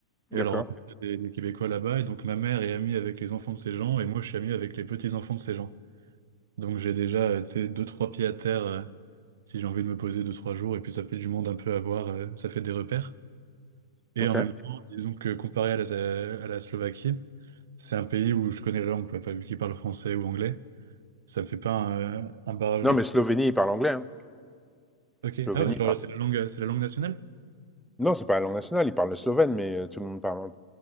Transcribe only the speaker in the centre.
D'accord,
ok.
Non,
mais
Slovénie, il parle anglais. Hein.
Slovénie,
il parle...
Non, c'est pas la langue nationale, il parle le slovène, mais euh, tout le monde parle...